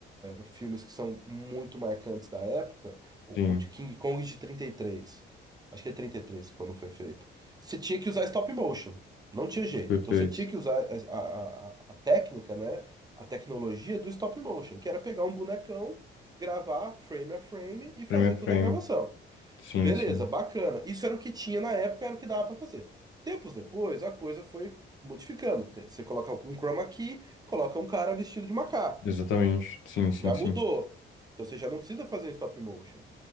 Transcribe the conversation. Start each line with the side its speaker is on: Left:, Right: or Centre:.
Right: filmes que são muito marcantes da época, o,
Left: Sim.
Right: o de King Kong de trinta e três, Acho que é 33 quando foi feito. Você tinha que usar stop motion. Não tinha jeito.
Left: Perfeito.
Right: Então você tinha que usar a, a, a a técnica, né? A tecnologia do stop motion, que era pegar um bonecão, gravar frame a frame e fazer
Left: Frame a frame.
Right: toda a gravação.
Left: Sim,
Right: Beleza,
Left: sim.
Right: bacana. Isso era o que tinha na época, era o que dava pra fazer. Tempos depois, a coisa foi modificando. Te- Você coloca um chroma key, coloca um cara vestido de macaco.
Left: Exatamente. Sim, sim,
Right: Já
Left: sim.
Right: mudou. Então você já não precisa fazer em stop motion.